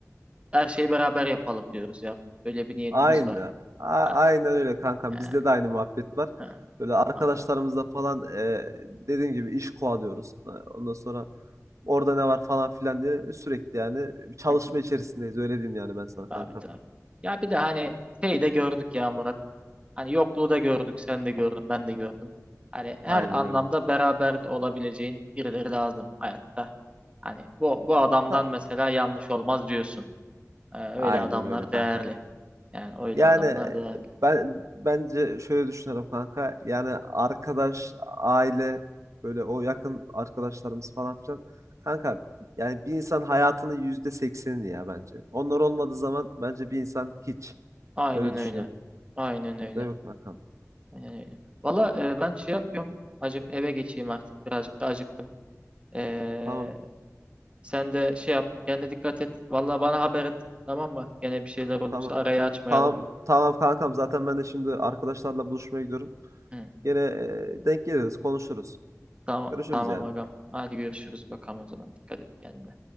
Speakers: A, on the right; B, on the right.
A: her şeyi beraber yapalım diyoruz ya. Böyle bir niyetimiz
B: Aynı.
A: var.
B: A
A: Ha,
B: aynen öyle kankam.
A: yani,
B: Bizde de aynı muhabbet var.
A: ha,
B: Böyle arkadaşlarımızla
A: vallahi.
B: falan e, dediğim gibi iş kovalıyoruz. E, Ondan sonra orada ne var falan filan diye sürekli yani çalışma
A: <laughs>
B: içerisindeyiz. Öyle diyeyim yani ben sana
A: Abi
B: kankam.
A: tabii. Ya bir de hani şey de gördük ya Murat. Hani yokluğu da gördük, sen de gördün, ben de gördüm. Hani her
B: Aynen
A: anlamda
B: öyle.
A: beraber de olabileceğin birileri lazım hayatta. Hani bu bu adamdan
B: Ha,
A: mesela yanlış olmaz diyorsun. Ee, öyle
B: Aynen
A: adamlar
B: öyle kankam.
A: değerli. Yani öyle
B: Yani
A: adamlar değerli.
B: ben bence şöyle düşünüyorum kanka. Yani arkadaş, aile, böyle o yakın arkadaşlarımız falan filan. Kanka yani bir insan hayatının yüzde seksenini ya bence. Onlar olmadığı zaman bence bir insan hiç.
A: Aynen
B: Öyle
A: öyle.
B: düşünüyorum.
A: Aynen öyle.
B: Değil mi kankam?
A: Aynen öyle. Valla e, ben şey yapıyorum. Hacım eve geçeyim artık. Birazcık da acıktım. Ee,
B: Tamam,
A: sen de şey yap. Kendine dikkat et. Valla bana haber et. Tamam mı? Gene bir şeyler olursa
B: tamam.
A: arayı açmayalım.
B: Tamam, tamam kankam. Zaten ben de şimdi arkadaşlarla buluşmaya gidiyorum.
A: Hı.
B: Yine e, denk geliriz, konuşuruz.
A: Tamam
B: Görüşürüz
A: tamam
B: yani.
A: agam. Hadi görüşürüz bakalım o zaman. Dikkat et kendine.